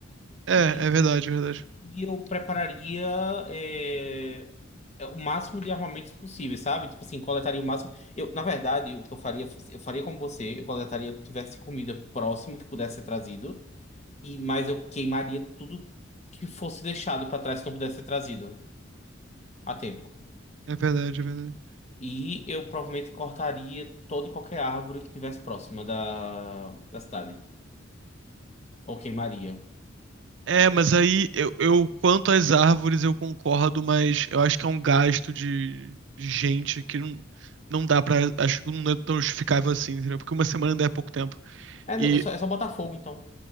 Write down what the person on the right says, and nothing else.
É,
é verdade, é verdade.
É verdade, é verdade.
É, mas aí eu, eu quanto às árvores eu concordo, mas eu acho que é um gasto de de gente que não, não dá pra. acho que não é tão justificável assim, entendeu? Porque uma semana ainda é pouco tempo.
E